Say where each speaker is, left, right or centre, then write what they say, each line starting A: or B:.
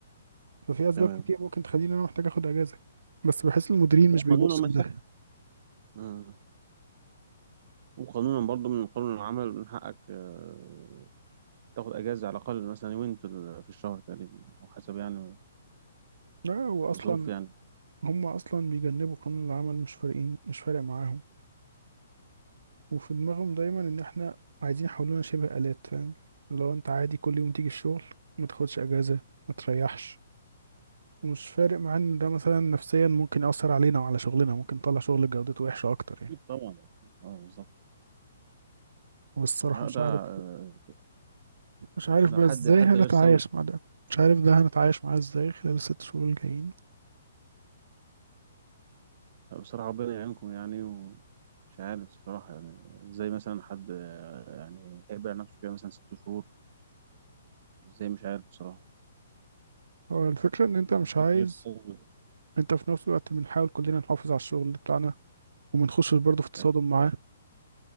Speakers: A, on the right; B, on the right.
A: ففي اسباب
B: تمام
A: كتير ممكن تخليني انا محتاج اخد اجازه بس بحس المديرين
B: وقانون
A: مش بيبصوا لده
B: المساحه وقانونا برضو من قانون العمل من حقك آه، تاخد اجازه على الاقل مثلا يومين في ال- في الشهر تقريبا او حسب يعني
A: لا هو اصلا
B: الظروف يعني
A: هم اصلا بيجنبوا قانون العمل مش فارقين مش فارق معاهم وفي دماغهم دايما ان احنا عايزين يحولونا شبه آلات فاهم لو انت عادي كل يوم تيجي الشغل ما تاخدش اجازه ما تريحش ومش فارق معانا ان ده مثلا نفسيا ممكن يأثر علينا وعلى شغلنا ممكن نطلع شغل جودته وحشه اكتر يعني
B: اكيد طبعا اه بالظبط
A: والصراحه
B: لا
A: مش
B: ده
A: عارف
B: آه،
A: مش عارف
B: ده
A: بقى ازاي
B: حد حد
A: هنتعايش
B: غير سوي
A: مع ده مش عارف ده هنتعايش معاه ازاي خلال الست شهور الجايين
B: بصراحه ربنا يعينكم يعني ومش عارف بصراحه يعني ازاي مثلا حد آه، يعني هيبقى نفسه كده مثلا ست شهور ازاي مش عارف بصراحه
A: هو الفكرة ان انت مش
B: حد
A: عايز
B: غير سوي
A: انت في نفس الوقت بنحاول كلنا نحافظ على الشغل بتاعنا ومنخشش برضه في تصادم
B: اكيد
A: معاه
B: طبعا